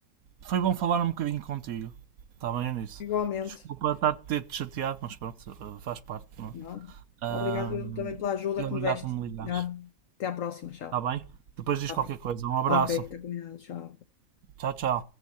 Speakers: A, on the right; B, on the left.
A: foi bom falar um bocadinho contigo. Está bem nisso.
B: Igualmente.
A: Desculpa estar a ter-te chateado, mas pronto, eh, faz parte, não é?
B: Não. Obrigado eu
A: Hum,
B: também pela ajuda
A: e
B: que
A: obrigado
B: me deste.
A: por me ligares.
B: Já. Até à próxima, tchau.
A: Está bem? Depois diz
B: Está
A: qualquer
B: bem.
A: coisa. Um abraço.
B: Ok, está combinado, tchau.
A: Tchau, tchau.